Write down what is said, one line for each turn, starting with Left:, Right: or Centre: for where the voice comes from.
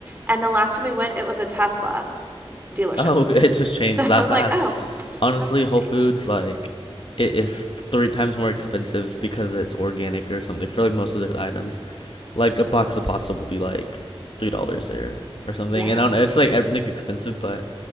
Right: And the last time we went, it was a Tesla dealership.
Left: Oh,
Right: <laughs>
Left: <laughs> it just changed
Right: So
Left: that
Right: I was
Left: fast.
Right: like, oh, well,
Left: Honestly,
Right: that's a change.
Left: Whole Foods like it is three times more expensive because it's organic or something for like most of their items. Like a box of pasta will be like three dollars there or something.
Right: Yeah.
Left: And I don't know, it's like everything's expensive, but